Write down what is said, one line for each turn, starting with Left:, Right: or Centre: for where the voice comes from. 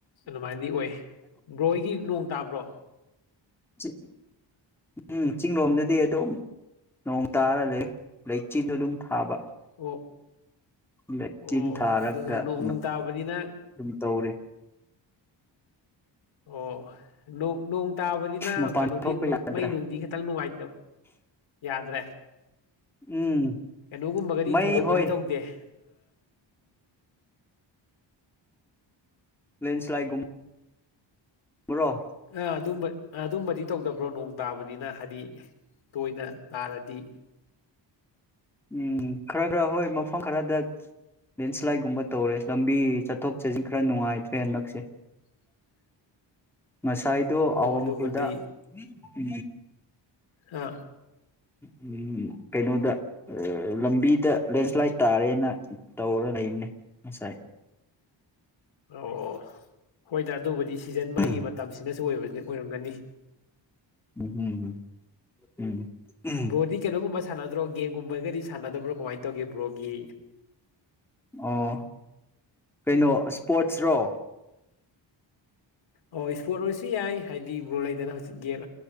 Left: ꯑꯗꯨꯃꯥꯏꯅꯗꯤ ꯑꯣꯏ ꯕ꯭ꯔꯣ ꯍꯣꯏꯒꯤ ꯅꯣꯡ ꯇꯥꯕ꯭ꯔꯣ
Centre: ꯆꯤꯡ ꯆꯤꯡ ꯂꯣꯝꯗꯗꯤ ꯑꯗꯨꯝ ꯅꯣꯡ ꯇꯥꯔ ꯂꯩ ꯂꯩꯆꯤꯟ ꯑꯗꯨꯝ ꯊꯥꯕ
Left: ꯑꯣ
Centre: ꯂꯩꯆꯤꯟ
Left: ꯑꯣ
Centre: ꯊꯥꯔꯒ
Left: ꯑꯗꯨꯅ ꯅꯣꯡ ꯅꯨꯡ ꯇꯥꯕꯅꯤꯅ
Centre: ꯑꯗꯨꯝ ꯇꯧꯔꯤ
Left: ꯑꯣ ꯅꯣꯡ ꯇꯥꯕꯅꯤꯅ
Centre: ꯃꯄꯥꯟ
Left: ꯀꯩꯅꯣꯗꯤ
Centre: ꯊꯣꯛꯄ ꯌꯥꯗ꯭ꯔꯦ
Left: ꯃꯩ ꯅꯨꯡꯗꯤ ꯈꯤꯇꯪ ꯅꯨꯡꯉꯥꯏꯇꯕꯥ ꯌꯥꯗ꯭ꯔꯦ
Centre: ꯎꯝ
Left: ꯀꯩꯅꯣꯒꯨꯝꯕꯒꯗꯤ
Centre: ꯃꯩ
Left: ꯊꯣꯏꯗꯣꯛꯄꯗꯤ
Centre: ꯍꯣꯏ
Left: ꯇꯧꯗꯦ <unintelligible>
Centre: ꯂꯦꯟꯁꯂꯥꯏꯠꯒꯨꯝ ꯕ꯭ꯔꯣ
Left: ꯑ ꯑꯗꯨꯝꯕ ꯑꯗꯨꯝꯕꯗꯤ ꯇꯧꯗꯕ꯭ꯔꯣ ꯅꯣꯡ ꯇꯥꯕꯅꯤꯅ ꯍꯥꯏꯗꯤ ꯇꯣꯏꯅ ꯇꯥꯔꯗꯤ
Centre: ꯎꯝ ꯈꯔ ꯈꯔ ꯍꯣꯏ ꯃꯐꯝ ꯈꯔꯗ ꯂꯦꯟꯁ꯭ꯂꯥꯏꯠꯒꯨꯝꯕ ꯇꯧꯔꯦ ꯂꯝꯕꯤ ꯆꯠꯊꯣꯛ ꯆꯠꯁꯤꯟ ꯈꯔ ꯅꯨꯡꯉꯥꯏꯇ꯭ꯔꯦ ꯍꯟꯗꯛꯁꯦ
Left: <unintelligible>
Centre: ꯉꯁꯥꯏꯗꯣ
Left: ꯑꯣ
Centre: ꯑꯋꯥꯡꯈꯨꯜꯗ
Left: ꯑꯗꯨꯕꯨꯗꯤ
Centre: ꯎ
Left: ꯑꯥ
Centre: ꯎꯝ ꯀꯩꯅꯣꯗ ꯂꯝꯕꯤꯗ ꯂꯦꯟꯁ꯭ꯂꯥꯏꯠ ꯇꯥꯔꯦꯅ ꯇꯧꯔ ꯂꯩꯕꯅꯦ ꯉꯁꯥꯏ
Left: ꯑꯣ ꯍꯣꯏꯗꯥ ꯑꯗꯨꯕꯨꯗꯤ ꯁꯤꯖꯟ ꯃꯥꯏꯒꯤ
Centre: ꯎꯝ
Left: ꯃꯇꯝꯁꯤꯅꯁꯨ ꯑꯣꯏꯕ ꯑꯣꯏꯔꯝꯒꯅꯤ
Centre: ꯎꯝ ꯎꯝ ꯎꯝ
Left: ꯕ꯭ꯔꯣꯗꯤ ꯀꯩꯅꯣꯒꯨꯝꯕ ꯁꯥꯟꯅꯗ꯭ꯔꯣ ꯒꯦꯝꯒꯨꯝꯕꯒꯗꯤ ꯁꯥꯟꯅꯗꯕ꯭ꯔꯣ ꯀꯃꯥꯏꯅ ꯇꯧꯒꯦ ꯕ꯭ꯔꯣꯒꯤ
Centre: ꯑꯣ ꯀꯩꯅꯣ ꯏꯁꯄꯣꯔꯠꯁ ꯔꯣ
Left: ꯑꯣ ꯏꯁꯄꯣꯔꯠ ꯑꯣꯏꯔꯁꯨ ꯌꯥꯏ ꯍꯥꯏꯗꯤ ꯕ ꯂꯩꯗꯅ ꯍꯧꯖꯤꯛ ꯒꯦꯝ